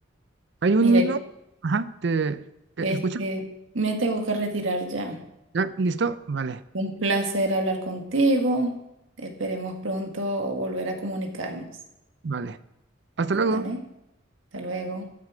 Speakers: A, on the right; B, on the right.
A: hay uno.
B: Mire,
A: Ajá, ¿te, te
B: este,
A: escucho?
B: me tengo que retirar ya.
A: ¿Ya? ¿Listo? Vale,
B: Un placer hablar contigo. Esperemos pronto volver a comunicarnos.
A: vale. Hasta
B: ¿Vale?
A: luego.
B: Hasta luego.